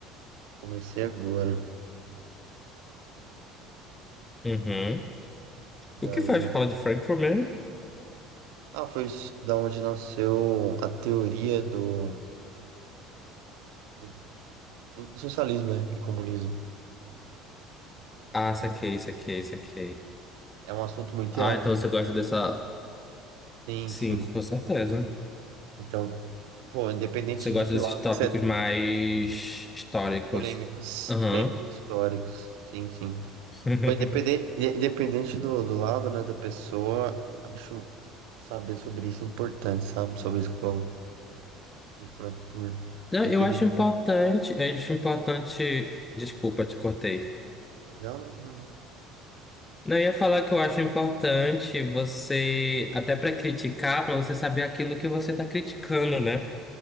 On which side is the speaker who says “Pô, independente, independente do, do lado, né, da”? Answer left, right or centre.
Right